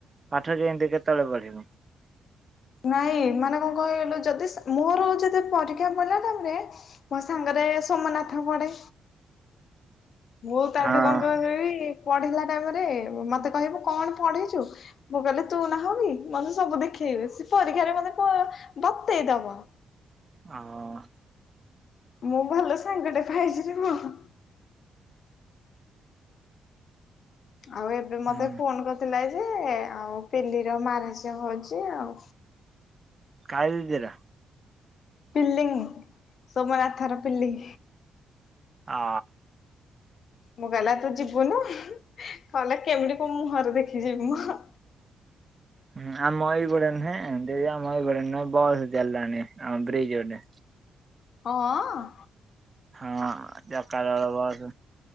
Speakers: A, on the right (about 25°); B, on the left (about 55°).
A: ପାଠ କେମିତି କେତେବେଳେ ପଢିବୁ।
B: ନାଇଁ ମାନେ କଣ କହିଲୁ ଯଦି ମୋର ଯେତେ ପରୀକ୍ଷା ପଇଲା ତାପରେ ମୋ ସାଙ୍ଗରେ ସୋମନାଥ ପଡେ। ମୁଁ ତାଠୁ
A: ହଁ।
B: କଣ କହିବି ପଢିଲା ଟାଇମରେ ମତେ କହିବ କଣ ପଢିଚୁ? ମୁଁ କହିଲି ତୁ ନାହୁଁକି ମତେ ସବୁ ଦେଖେଇବ ସେ ପରୀକ୍ଷାରେ ମତେ ବତେଇଦବ।
A: ହଁ ଅ।
B: ମୁଁ ଭଲ ସାଙ୍ଗଟେ ପାଇଛିରେ ପୁଅ। ଆଉ ଏବେ ମତେ
A: ହୁଁ
B: ଫୋନ କରିଥିଲା ଯେ ଆଉ ପେଲିିର ମାନସିକ ହଉଛି ଆଉ
A: କାଇଲିଜିରା।
B: ପିଲିଂ ସୋମନାଥ ର ପିଲିଂ।
A: ଆ।
B: ମୁଁ କହିଲା ତୁ ଯିବୁନୁ କହିଲା କେମିତି କୋଉ ମୁହଁରେ ଦେଖି ଯିବିମ।
A: ହୁଁ ଆମ ଏଇପଟିଆ ନୁହେଁ ଦେଇ ଆମ ଏଇପଟେ ନୁହେଁ ବସ ଚାଲିଲାଣି ଆମ ବ୍ରିଜ ପଟେ।
B: ହଁ ଅ।
A: ହଁ ଯକାଳ ବସ